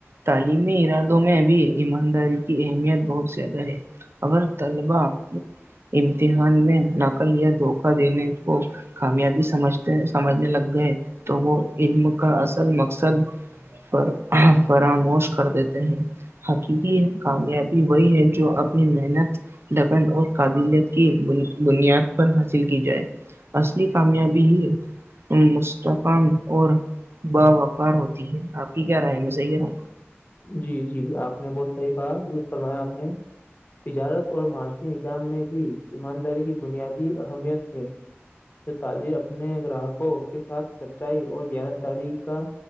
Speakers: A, on the right; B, on the left.
A: تعلیمی ارادوں میں بھی ایمانداری کی اہمیت بہت زیادہ ہے اگر طلبا <unintelligible> امتحان میں نقل یا دھوکہ دینے کو کامیابی سمجھتے سمجھنے لگ گئے تو وہ علم کا اصل مقصد پر فراموش کر دیتے ہیں <inaudible> حقیقی کامیابی وہی ہے جو اپنی محنت لگن اور قابلیت کی بنیاد پر حاصل کی جائے اصلی کامیابی ہی ام اور با وفار ہوتی ہے آپ کی کیا رائے میں صحیح رہوں
B: جی جی آپ نے بہت صحیح کہا درست فرمایا آپ نے تجارت اور معاشی نظام میں بھی ایمانداری کی بنیادی اہمیت ہے تاجر اپنے گراہکوں کے ساتھ سچائی اور زانت داری کا